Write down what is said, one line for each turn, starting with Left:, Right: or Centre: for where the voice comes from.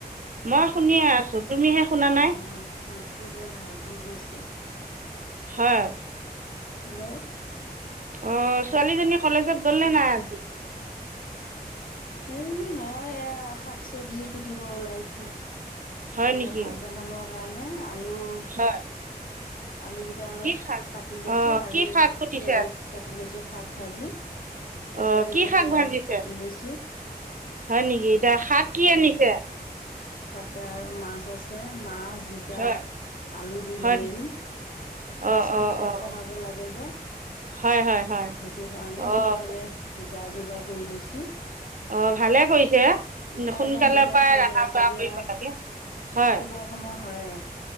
Right: মই শুনিয়ে আছো। তুমিহে শুনা নাই
Left: উম' মাতটো যে ভাগি গৈছে।
Right: হয়।
Left: হেল্ল'।
Right: অ ছোৱালীজনী কলেজত গ'ল নে নাই আজি।
Left: এই মই এয়া শাক চবজি কুটিব ওলাইছো।
Right: হয়
Left: এ
Right: নেকি
Left: ভাত বনাবৰ কাৰণে আলু-
Right: হয়
Left: আলু কেইটা
Right: কি শাক
Left: কাটি লৈছো
Right: অঁ
Left: আৰু
Right: কি শাক সুধিছে
Left: পিয়াজ কাটি লৈছো শাক ভাজিম। কেঁচা
Right: অঁ
Left: জলকীয়া
Right: কি শাক ভাজিছে
Left: কাটি লৈছো।
Right: হয় নেকি। এতিয়া শাক কি ৰান্ধিছে?
Left: তাৰ পৰা আৰু মাছ আছে মাছ জিকা
Right: হয়
Left: আলু দি
Right: হয়
Left: বনাই দিম। ল'ৰা-ছোৱালী
Right: অঁ অঁ
Left: কেইটা
Right: অঁ
Left: পঢ়াব লাগে যে। সেইটো
Right: হয় হয় হয়
Left: কাৰণে
Right: অঁ
Left: সোনকালে যা যোগাৰ কৰি লৈছো।
Right: অ ভালে কৰিছে।
Left: ইচৰ
Right: সোনকালৰ
Left: জন দিলে
Right: পৰাই
Left: সৰু
Right: ৰন্ধা
Left: ল'ৰা-ছোৱালী
Right: বঢ়া কৰিব
Left: আৰু
Right: লাগে হয়
Left: শুভ সময় হয়।